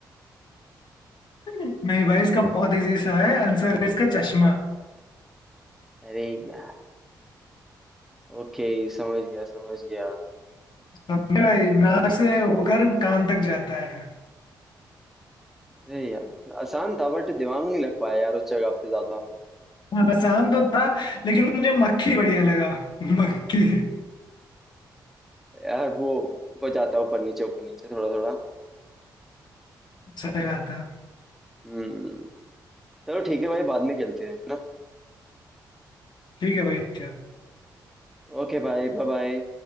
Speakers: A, on the left; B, in the centre.
A: नहीं भाई इसका बहुत इजी सा है आंसर है इसका चश्मा
B: अरे यार ओके समझ गया समझ गया
A: समझे भाई नाक से होकर कान तक जाता है
B: अरे यार आसान था बट दिमाग नहीं लग पाया यार उस जगह पे ज्यादा
A: आसान तो था लेकिन मुझे मक्खी बढ़िया लगा मक्खी
B: <laughs> यार वो हो जाता है ऊपर नीचे ऊपर नीचे थोड़ा थोड़ा
A: सही बात है
B: हम्म चलो ठीक है भाई बाद में खेलते हैं ना
A: ठीक है भाई ठीक है
B: ओके भाई बाय बाय